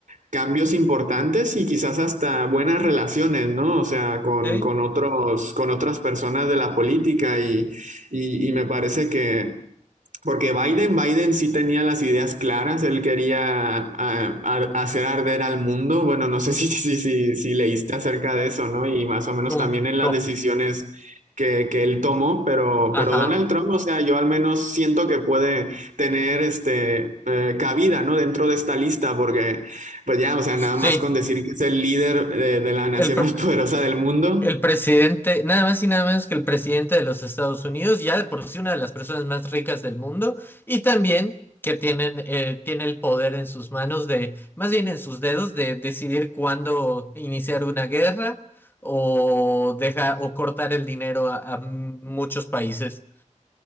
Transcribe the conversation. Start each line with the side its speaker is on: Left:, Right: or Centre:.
Right: cambios importantes y quizás hasta buenas relaciones, ¿no? O sea, con,
Left: Sí,
Right: con otros, con otras personas de la política y, y, y me parece que, porque Biden, Biden sí tenía las ideas claras, él quería ah, ar- hacer arder al mundo. Bueno, no sé <laughs> si, si, si, si leíste acerca de eso, ¿no? Y más o menos
Left: ¿cómo?
Right: también en las
Left: ¿Cómo?
Right: decisiones que, que él tomó, pero,
Left: Ajá,
Right: pero Donald Trump, o sea, yo al menos siento que puede tener este, eh, cabida, ¿no? Dentro de esta lista, porque pues ya, o sea,
Left: sí.
Right: nada más con decir que es el líder de, de la nación
Left: El, pre-
Right: <laughs> más poderosa del mundo.
Left: el presidente, nada más y nada menos que el presidente de los Estados Unidos, ya de por sí una de las personas más ricas del mundo, y también que tienen, eh, tiene el poder en sus manos de, más bien en sus dedos, de decidir cuándo iniciar una guerra o deja, o cortar el dinero a, a muchos países.